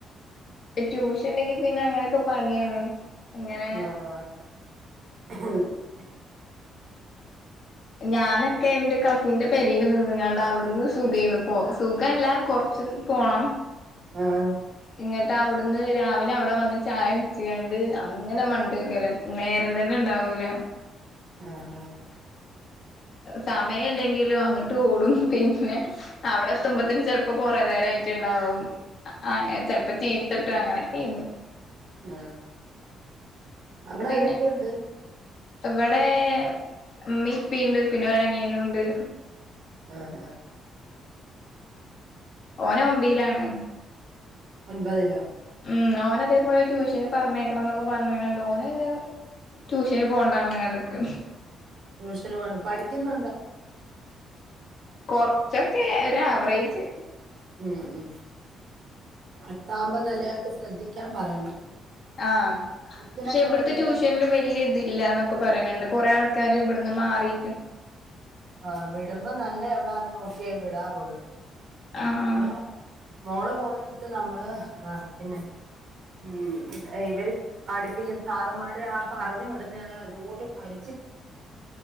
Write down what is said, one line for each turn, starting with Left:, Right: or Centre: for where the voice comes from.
Left: ട്യൂഷൻ ഉണ്ടെങ്കി പിന്നെ അങ്ങനെയൊക്കെ പണിയാണ്.
Right: ആഹ
Left: ഇങ്ങനെ ഞാനൊക്കെ എന്റെ കസിന്റെ പരി നിന്ന്ങ്ങണ്ട അവിടുന്ന് സുഖംന്ന് പോ സുഖ ല്ലാം കൊറ.. പോണം
Right: ആഹ്
Left: ഇങ്ങിട്ട് അവിടുന്ന് രാവിലെ അവിടെ വന്ന്.. ചായ പിടിച്കണ്ട് അങ്ങനെ മണ്ട്ക്കരം നേരം തന്നെ ഇണ്ടാവൂല.
Right: ആഹ ആഹ
Left: സമയം ഇല്ലെങ്കിലും അങ്ങട്ട് ഓടും പിന്നെ അവിടെ എത്തുമ്പത്തും ചെിലപ്പോ കുറേ.. യിട്ടുണ്ടാവും അങനെചെലപ്പോ ചീത്തട്ടും അങ്ങനെയൊക്കെയിന്നു.
Right: ആ അവിടെ
Left: പിന്നെ
Right: ആരൊക്കെയ ഉണ്ട്.
Left: ഇവിടെ മ്മിംഇപ്പിം ണ്ട്പിന്നെ ഒരു അനിയനുണ്ട്.
Right: ഉഹ ഉഹ
Left: ഓന ഒമ്പിയിലാണ്
Right: ഒമ്പതിലോ.
Left: ഉം ഓന അതേപോലെ ട്യൂഷന് പറഞ്ഞേക്കണം എന്നൊക്കെ പറഞ്ഞണ്ട് ഓന്ന് ട്യൂഷന് പോണ്ട. ആണ്ട്ക്ക് ന്.
Right: ട്യൂഷന് വേണം പഠിക്കുന്നുണ്ടോ.
Left: കൊറച്ചൊക്കെ ഒരു അവറേജ്.
Right: ഉം ഉ പട് താമ്പോ നല്ലതായിട്ട് ശ്രദ്ധിക്കാൻ പറയണം.
Left: ആഹ
Right: പത്തിലൊക്കെ
Left: പക്ഷെ ഇവിടുത്തെ
Right: ഭയങ്കര
Left: ട്യൂഷനിലും വലിയ ഇതില്ലന്നൊക്കെ പറയുന്നുണ്ട് കൊറെേ ആൾ. ആക്കാര് ഇവിടുന്ന് മാറി.
Right: ആഹ വിടുമ്പോ നല്ലേ എവിടാന്ന് നോക്കിയേ വിടാാവുള്ളു.
Left: ആഹ് ആഹ്
Right: നമ്മടെ മോളേ പോുന്നടുത്ത് നമ്മള് ആഹ പിന്നെ. ഉം ഇവര് പഠിപ്പിക്കുന്ന സാറമാര് ആ പറഞ്ഞു വിടുന്നൽ അതോട്ടും പഠ..